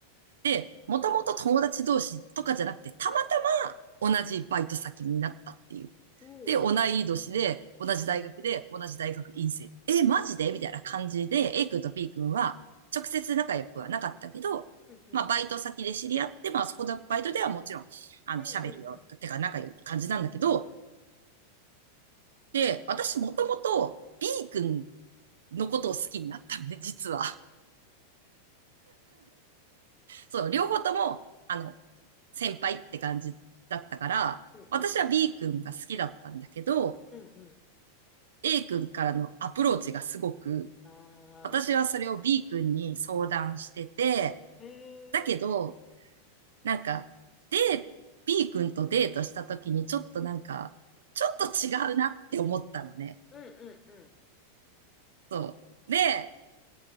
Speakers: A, on the right; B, on the left.
A: で、もともと友達同士とかじゃなくて、たまたま同じバイト先になったっていう。
B: おうおう。
A: で、同い年で、同じ大学で、同じ大学院生。え、マジでみたいな感じで、A 君と B 君は、直接仲良くはなかったけど、
B: うんうん。
A: まあ、バイト先で知り合って、まあ、そこのバイトではもちろん、あの、
B: うんうんうん。
A: 喋るような、てか仲良い感じなんだけど、で、私もともと B 君のことを好きになったんで、実は。そう、両方とも、あの、先輩って感じだったから、
B: うんうんうん。
A: 私は B 君が好きだったんだけど、
B: うんうん。
A: A 君からのアプローチがすごく、
B: あー、
A: 私はそれを
B: なる
A: B 君に相談してて、
B: ほど。えー、
A: だけど、なんか、で、B 君とデートした時にちょっとなんか、ちょっと違うなって思ったのね。
B: うんうんうん。
A: そう。で、